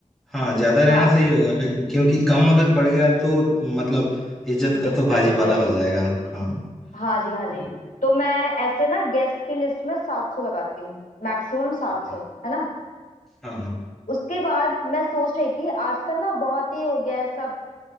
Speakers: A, in the centre; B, on the left.
A: हाँ ज्यादा रहना
B: हाँ
A: सही होगा लेकिन क्योंकि कम अगर पड़ गया तो मतलब इज्जत का
B: दिक्कत
A: तो भाजीपाला
B: हो जाएगी
A: हो जाएगा हाँ
B: हाँ जी हाँ जी
A: ये
B: तो मैं ऐसे ना गेस्ट की लिस्ट में सात सौ लगाती हूँ मैक्सिमम सात
A: ठीक है
B: सौ है ना
A: हाँ हाँ
B: उसके बाद मैं सोच रही थी आजकल ना बहुत ही हो गया है सब